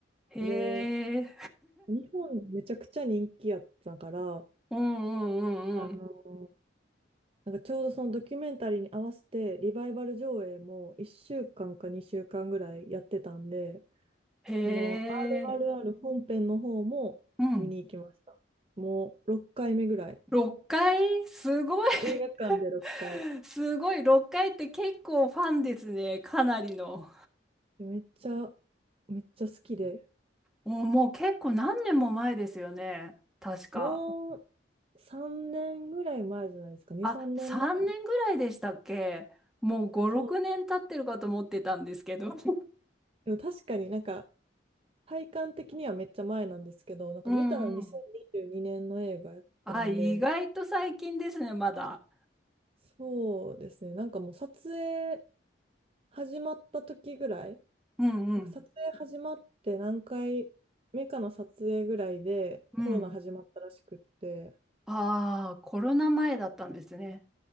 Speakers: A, in the centre; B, on the right.
A: へ
B: で、
A: え、
B: 日本でめちゃくちゃ人気やったから、
A: うんう
B: あの、
A: んうんうん。
B: なんかちょうどそのドキュメンタリーに合わせて、リバイバル上映も1週間か2週間ぐらいやってたんで、
A: へえ、
B: その RRR 本編の方も見に行きました。
A: うん。
B: もう6回目ぐらい。
A: 6回すごい
B: 映画館で6回。
A: <laughs> すごい、6回って結構ファンですね。かなりの。
B: めっちゃ、めっちゃ好きで。
A: もうもう結構何年も前ですよね。確か。
B: もう3年ぐらい前じゃないですか。2、
A: あ、
B: 3年前。
A: 3年ぐらいでしたっけもう5、
B: そう。
A: 6年経ってるかと思ってたんですけど。<laughs>
B: でも確かになんか、体感的にはめっちゃ前なんですけど、なんか見たら2022年の映画やったんで、
A: うんうん。あ、意外と最近ですね、まだ。
B: そうですね。なんかもう撮影始まった時ぐらい、
A: うんうん。
B: なんか撮影始まって何回目かの撮影ぐらいでコロナ始まったらしくって、
A: うん。ああ、コロナ前だったんですね。